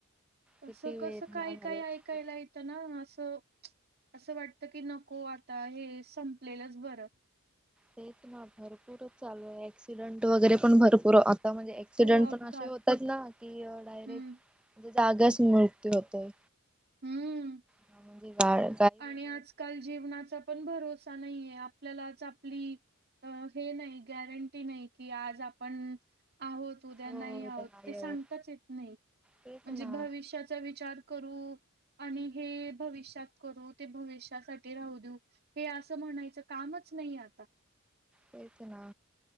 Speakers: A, in the centre; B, on the right (about 45°).
A: किती
B: असं
A: वेदना
B: -कसं, काही
A: झाल्या
B: -काही
A: असतील
B: ऐकायला येतं ना असं. असं वाटतं की नको आता, हे संपलेलंच बरं.
A: तेच ना भरपूरच चालू आहे ऍक्सिडेंट वगैरे पण भरपूर आ त्यामध्ये ऍक्सिडेंट
B: हो
A: पण
B: अपघात.
A: असे होतात ना की डायरेक्ट
B: हं.
A: म्हणजे जागच मृत्यू होतंय
B: हं.
A: म्हणजे बाळ
B: आणि आजकाल जीवनाचा पण भरोसा नाहीे आपल्यालाच आपली अ हे नाही गॅरंटी नाही कि, आज आपण आहोत उद्या,
A: हो
B: नाही
A: होत
B: आहोत. ते सांगताच
A: होत
B: येत नाही
A: तेच
B: म्हणजे
A: ना
B: भविष्याचा विचार करू आणि हे भविष्यात करू ते भविष्यासाठी राहू देऊ, हे असं म्हणायचं कामंच नाही आता.
A: तेच ना.